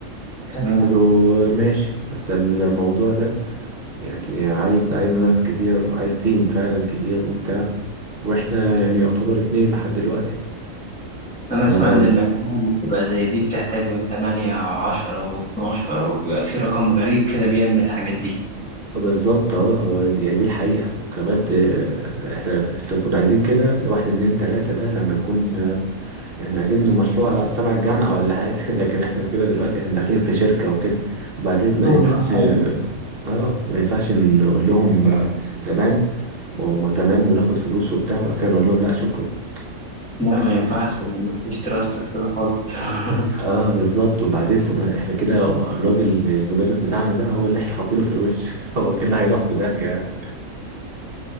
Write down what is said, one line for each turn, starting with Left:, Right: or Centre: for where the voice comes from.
Centre: تمام
Right: قلت له ماشي بس الموضوع ده يعني عايز عايز ناس كتير وعايز تيم فعلا كبير وبتاع واحنا يعني يعتبر اتنين لحد دلوقتي
Centre: أنا
Right: آه
Centre: أسمع إن المشاريع اللي بتبقى زي دي بتحتاج من 8 أو 10 و12 وبيبقى في رقم غريب كده بيعمل الحاجات دي
Right: بالظبط اه هو دي, يعني دي الحقيقة وكمان آه، احنا إحنا كنا عايزين كده لواحد اتنين تلاتة ده لما نكون يعني عايزين إنه مشروع تبع الجامعة ولا حاجة <laughs> لكن احنا كده دلوقتي احنا داخلين في شركة وكده وبعدين ما
Centre: شغل
Right: ينفعش
Centre: بقى
Right: اه ما ينفعش نقول لهم آه، تمام وهم تمام وناخد فلوس وبتاع وبعد كده نقول لهم لا شكرا
Centre: لا
Right: لا
Centre: ما ينفعش
Right: يعني
Centre: ما فيش تراستد كده خالص <laughs>
Right: اه بالظبط وبعدين احنا كده الراجل المدرس بتاعنا ده هو اللي احنا حاطينه في الوش <laughs> هو كده هيروح في داهية يعني